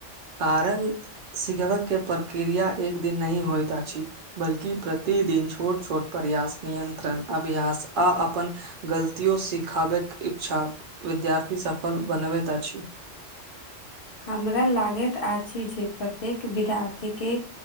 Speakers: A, on the right; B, on the left.
A: कारण सिखबयके प्रक्रिया एक दिन नहि होइत अछि बल्कि प्रत्ये प्रतिदिन छोट छोट प्रयास नियंत्रण अभ्यास आ अपन गलतियो सिखाबैत इच्छा विद्यार्थी सफल बनबैत अछि
B: हमरा लागैत आछि जे प्रत्येक विद्यार्थी के